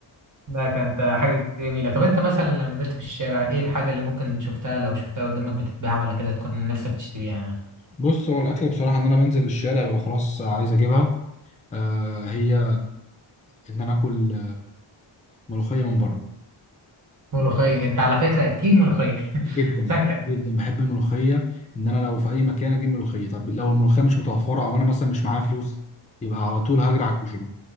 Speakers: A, on the right (about 40°); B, on the left (about 15°).
A: ده كانت حاجه جميله طب انت مثلا لو نزلت في الشارع ايه الحاجه اللي ممكن شفتها لو شفتها قدامك بتتباع ولا كده تكون نفسك تشتريها يعني
B: بص هو الاكل بصراحه ان انا بنزل الشارع ببقى خلاص عايز اجيبها آه هي ان انا اكل ملوخيه من بره
A: ملوخيه انت على فكره اكيد ملوخيه
B: جدا
A: <laughs> شكلك
B: جدا بحب الملوخيه ان انا لو في اي مكان اجيب ملوخيه طب لو الملوخيه مش متوفره او انا مثلا مش معايا فلوس يبقى على طول هجري على الكشري